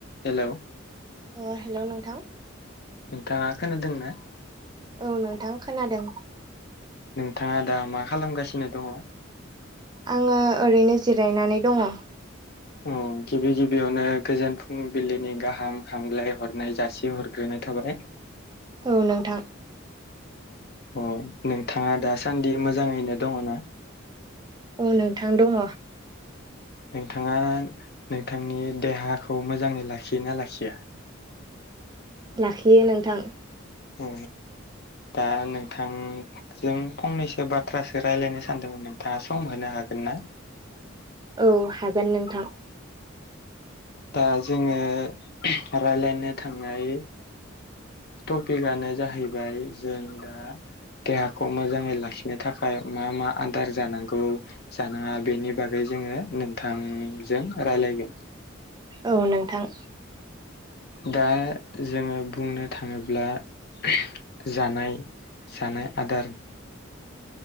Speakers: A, on the left; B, on the right.
A: Hello.
B: अ hello नोंथां।
A: नोंथाङा खोनादों ना?
B: औ नोंथां खोनादों।
A: नोंथाङा दा मा खालामगासिनो दङ'?
B: आङो ओरैनो जिरायनानै दङ'।
A: औ गिबि गिबियावनो गोजोन फुंबिलिनि गाहाम हामगलाय हरनाय जासि हरग्रोनाय थाबाय।
B: औ नोंथां।
A: अ नोंथाङा दासान्दि मोजाङैनो दङ' ना?
B: अ नोंथां दङ'।
A: नोंथाङा नोंथांनि देहाखौ मोजाङै लाखियोना लाखिया?
B: लाखियो नोंथां।
A: औ दा नोंथां। जों फंनैसो बाथ्रासो रायलायनो सानदोंमोन नोंथाङा सम होनो हागोन ना?
B: औ हागोन नोंथां।
A: दा जोङो <unintelligible> रायलायनो थांनाय। टपिकआनो जाहैबाय जों दा देहाखौ मोजाङै लाखि नो थाखाय मा मा आदार जानांगौ। जानाङा बेनि बागै जोङो नोंथांजों रायलायगोन
B: औ नोंथां।
A: दा जोङो बुंनो थाङोब्ला <unintelligible> जानाय। जानाय आदार।